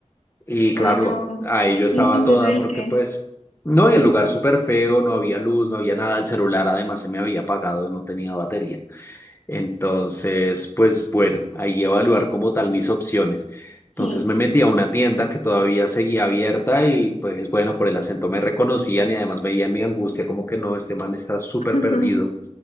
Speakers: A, on the left; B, on the left.
A: Y
B: Ay,
A: claro,
B: no.
A: ahí yo estaba
B: ¿Y entonces
A: toda
B: ahí
A: porque
B: qué?
A: pues, no, y el lugar súper feo, no había luz, no había nada, el celular además se me había apagado, no tenía batería. Entonces, pues bueno, ahí evaluar como tal mis opciones. Entonces
B: Sí,
A: me metí a una tienda que todavía seguía abierta y pues bueno, por el acento me reconocían y además me veían mi angustia como que no, este man está súper
B: <laughs>
A: perdido